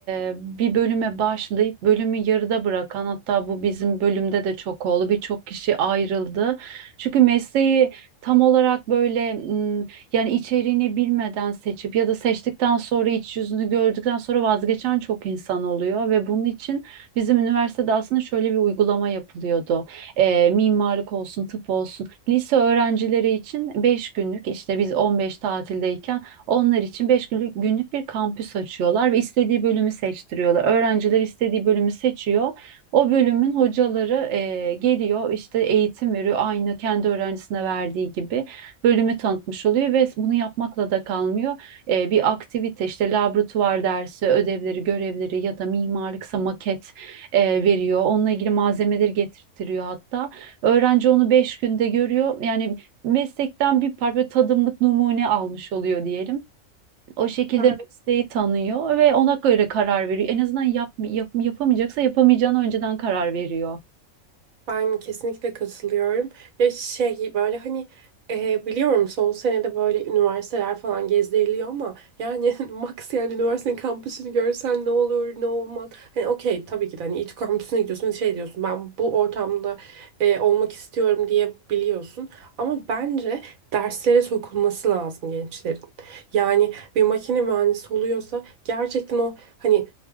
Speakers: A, on the right; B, on the right.
A: e, bir bölüme başlayıp bölümü yarıda bırakan hatta bu bizim bölümde de çok oldu. Birçok kişi ayrıldı. Çünkü mesleği tam olarak böyle m, yani içeriğini bilmeden seçip ya da seçtikten sonra iç yüzünü gördükten sonra vazgeçen çok insan oluyor ve bunun için bizim üniversitede aslında şöyle bir uygulama yapılıyordu. E, mimarlık olsun, tıp olsun. Lise öğrencileri için 5 günlük işte biz 15 tatildeyken onlar için beş günlük, günlük bir kampüs açıyorlar ve istediği bölümü seçtiriyorlar. Öğrenciler istediği bölümü seçiyor. O bölümün hocaları eee, geliyor işte eğitim veriyor aynı kendi öğrencisine verdiği gibi bölümü tanıtmış oluyor ve bunu yapmakla da kalmıyor. Eee, bir aktivite işte laboratuvar dersi, ödevleri, görevleri ya da mimarlıksa maket eee, veriyor. Onunla ilgili malzemeleri getirtiyor hatta. Öğrenci onu 5 günde görüyor. Yani meslekten bir parça tadımlık numune almış oluyor diyelim. O şekilde
B: Ben
A: mesleği tanıyor ve ona göre karar veriyor. En azından yap, yap, yapamayacaksa yapamayacağını önceden karar veriyor.
B: Ben kesinlikle katılıyorum. Ya şey böyle hani e, biliyorum son senede böyle üniversiteler falan gezdiriliyor ama yani <laughs> max yani üniversitenin kampüsünü görsen ne olur ne olmaz. Hani okey tabii ki de hani İTÜ kampüsüne gidiyorsun şey diyorsun ben bu ortamda e, olmak istiyorum diye biliyorsun. Ama bence derslere sokulması lazım gençlerin. Yani bir makine mühendisi oluyorsa gerçekten o hani